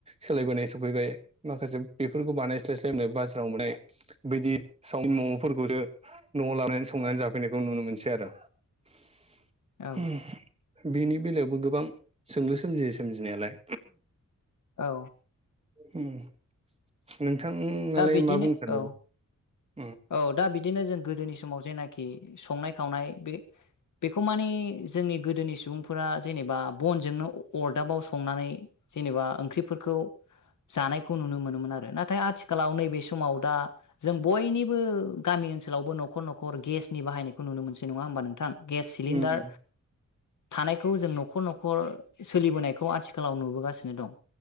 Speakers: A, on the right (about 20°); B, on the left (about 70°).
A: सोलायबोनाय सफैबाय माखासे बेफोरखौ बानायस्लायस्लायनो बास जाव माने बेदि सावमिन म'म'फोरखौसो न'आव लानानै संनानै जाफैनायखौ नुनो मोनसै आरो <unintelligible>
B: औ
A: होम बेनि बेलायाव ओ गोबां सोंलु सोमजियो सोमजिनायालाय
B: औ
A: अम नों थाङालाय
B: दा बिदिनो
A: मा बुंनो सानदोंमोन
B: औ औ दा बिदिनो जों गोदोनि समाव जेनाखि संनाय खावनाय बे बेखौ माने जोंनि गोदोनि सुबुंफोरा जेनेबा बनजोंनो अरदाबाव संनानै जेनेबा ओंख्रिफोरखौ जानायखौ नुनो मोनोमोन आरो नाथाय आथिखालाव नैबे समाव दा जों बयनि बो गामि ओनसोलावबो न'खर-न'खर गेसनि बाहायनायखौ नुनो मोनसै नंङा होमबा नों थां गेस सिलिन्दार
A: उम
B: थानायखौ जों न'खर-न'खर सोलिबोनायखौ आथिखालाव नुबोगासिनो दं।